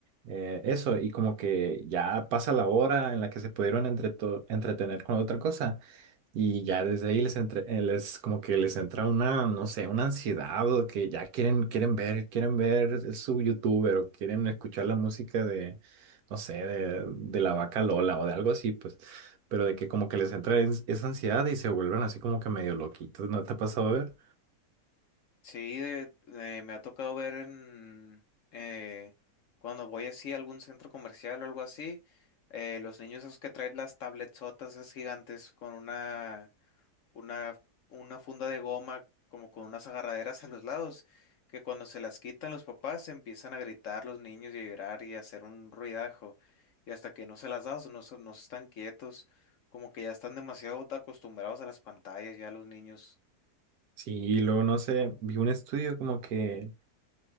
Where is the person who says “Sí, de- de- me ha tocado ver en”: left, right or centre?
Left